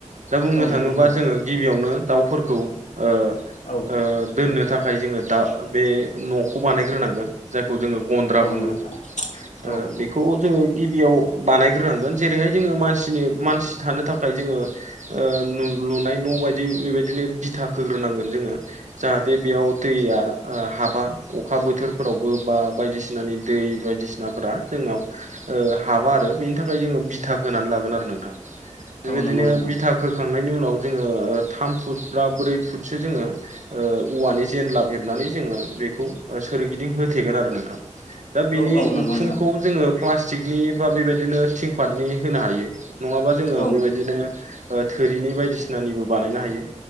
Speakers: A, on the right; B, on the left.
A: दा बुंनो
B: औ
A: थाङोबा
B: नंगौ नोंथां
A: जोङो गिबियावनो दाउफोरखौ ओ-ओ
B: औ
A: दोननो थाख खाय जोङो दा बे न'खौ बानायग्रोनांगोन जायखौ जोङो गन्द्रा
B: औ
A: बुङो
B: नंगौ नोंथां
A: ओ
B: औ
A: बेखौ
B: औ
A: जोङो गिबियाव बानायग्रोनांगोन जेरैहाय जोङो मानसिनि मानसि थानो थाखाय जोङो ओ नु लुनाय न' बायदि बेबायदिनो बिथा खो होग्रोनांगोन जोङो जाहाथे बेयाव दैया ओ हाबा अखा बोथोर फोरावबो बा बायदिसिनानि दै बायदिसिनाफोरा जोंनाव ओ हाबा आरो बेनि थाखाय जोङो बिथा खानानै लागोन आरो नोंथां बेबायदिनो
B: औ नंगौ नोंथां
A: बिथा खोखांनायनि उनाव जोङो थाम फुटबा ब्रै खौ फुटसो जोङो औवानि जेनलाब हेबनानै जोङो बे सोरगिदिं होथेगोन आरो नोंथां दा बिनि
B: औ औ नंगौ
A: उखुमखौ
B: नोंथां
A: जोङो प्लास्टिकनि बा बेबायदिनो थिंफाटनि होनो हायो नङाबा जोङो
B: औ
A: बेबायदिनो थोरिनि बायदिसिनानिबो बानायनो हायो